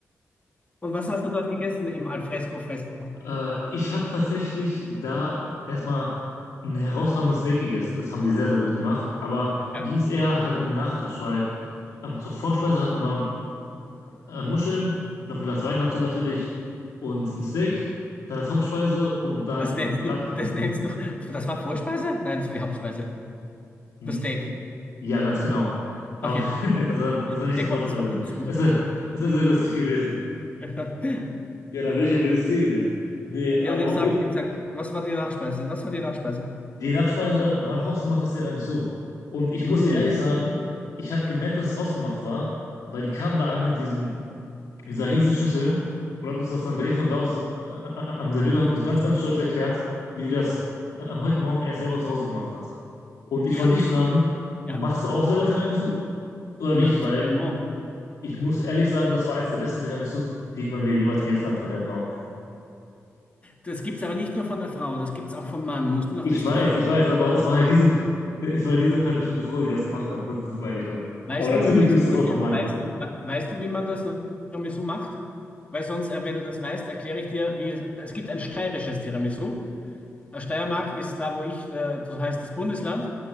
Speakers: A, on the left; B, on the left.
A: <laughs> Und was hast du dort gegessen im al fresco Fressen?
B: Ja. Äh, ich habe tatsächlich da erstmal ein herausragendes Steak gegessen. Das haben die sehr, sehr gut gemacht. Aber mir
A: Ja,
B: ging es eher halt um den Nachtisch, weil ähm, zur Vorspeise hatten wir äh, Muscheln, noch ein Glas Wein dazu natürlich und ein Steak, dann als Hauptspeise und dann
A: das nennst
B: gab,
A: du, das nennst du, das war Vorspeise? Nein, das war die Hauptspeise.
B: n-
A: Das Steak.
B: ja, ganz genau. Aber
A: Okay,
B: <laughs> das war, das war
A: ich
B: nicht
A: denke
B: die Vorspeise.
A: mal, was verputzt du?
B: Es wäre es wär sehr lustig gewesen.
A: <laughs>
B: Ja, dann wäre ich ein wildes Tier gewesen. Nee,
A: Ja,
B: aber
A: und jetzt
B: auf
A: sag,
B: jeden Fall,
A: jetzt sag, was war die Nachspeise? Was war die Nachspeise?
B: die Nachspeise war ein hausgemachtes Tiramisu. Und ich muss
A: Mm,
B: dir ehrlich sagen, ich habe gemerkt, dass es hausgemacht war, weil die kamen da an mit diesem mit dieser Riesenschüssel und hat uns das dann direkt von da aus äh, äh, am serviert und hat uns ganz, ganz stolz erklärt, wie das äh, heute Morgen er selber zu Hause gemacht hat. Und ich
A: ja,
B: wollte dich fragen,
A: ja,
B: machst du auch selber Tiramisu oder
A: natürlich
B: nicht? Weil ich ich muss ehrlich sagen, das war eines der besten Tiramisus, die ich in meinem Leben jemals gegessen habe von der Frau.
A: Das gibt's aber nicht nur von der Frau, das gibt's auch vom Mann. Musst du nach
B: Ich
A: Österreich
B: weiß,
A: kommen.
B: ich weiß, aber es war halt diese, <laughs> es war halt diese halt bestimmte Frau, die das gemacht hat. Das, das meine ich nur.
A: Weißt
B: Aber natürlich
A: du übrigens,
B: gibt
A: entschuldige,
B: es das auch vom Mann.
A: weißt du, we- weißt du, wie man das Tiramisu macht? Weil sonst, äh, wenn du das weißt, erkläre ich dir, wie es, es gibt ein steirisches Tiramisu. Äh, Steiermark ist da, wo ich, äh, das heißt das Bundesland.